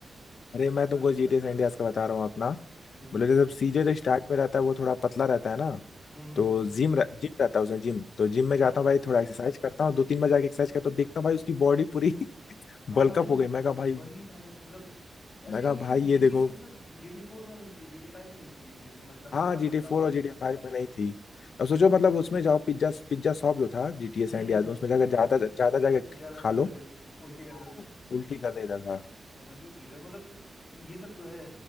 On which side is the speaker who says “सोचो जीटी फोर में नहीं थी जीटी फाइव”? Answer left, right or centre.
Left